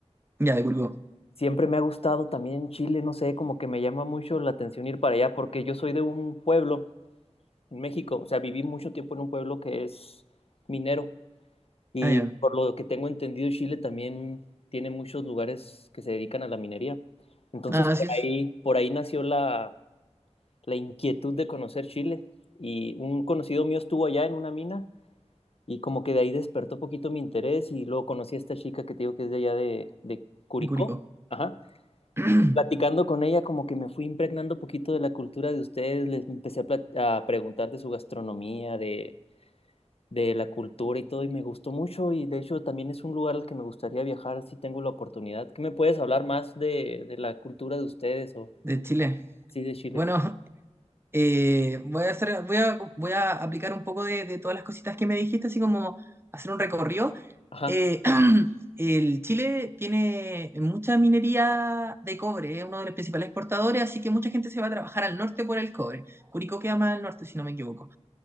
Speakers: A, on the right; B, on the left.
A: Ya, de Curicó.
B: Siempre me ha gustado también Chile, no sé, como que me llama mucho la atención ir para allá, porque yo soy de un pueblo en México, o sea, viví mucho tiempo en un pueblo que es minero y
A: Ah, ya.
B: por lo que tengo entendido, Chile también tiene muchos lugares que se dedican a la minería. Entonces,
A: Ah,
B: por
A: así es,
B: ahí, por ahí nació la, la inquietud de conocer Chile y un conocido mío estuvo allá en una mina y como que de ahí despertó poquito mi interés y luego conocí a esta chica que te digo que es de allá de, de Curicó.
A: de Curicó.
B: Ajá.
A: <clears throat>
B: Y platicando con ella, como que me fui impregnando poquito de la cultura de ustedes, les empecé a, plat- a preguntar de su gastronomía, de, de la cultura y todo, y me gustó mucho, y de hecho también es un lugar al que me gustaría viajar si tengo la oportunidad. ¿Qué me puedes hablar más de, de la cultura de ustedes o
A: De Chile.
B: sí de Chile?
A: Bueno, <laughs> eh, voy a hacer, voy a, voy a aplicar un poco de, de todas las cositas que me dijiste, así como hacer un recorrido.
B: Ajá,
A: Eh, <clears throat> el Chile tiene mucha minería de cobre, es uno de los principales exportadores, así que mucha gente se va a trabajar al norte por el cobre. Curicó queda más al norte, si no me equivoco.